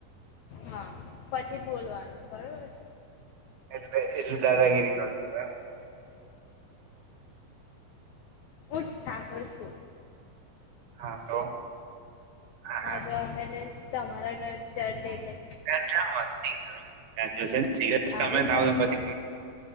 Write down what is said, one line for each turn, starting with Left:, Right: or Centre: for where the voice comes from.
Left: હા પછી બોલવાનું બરોબર છે.
Right: એટલે એલ્લ દાદાગીરી કળસળ.
Left: ઉઠ ઠાકોર છો.
Right: હા તો હા
Left: અ એટલે તમારા ચર્જ એલે.
Right: <unintelligible>
Left: આવી
Right: તમે
Left: મસ્તી
Right: થાવ તો પછી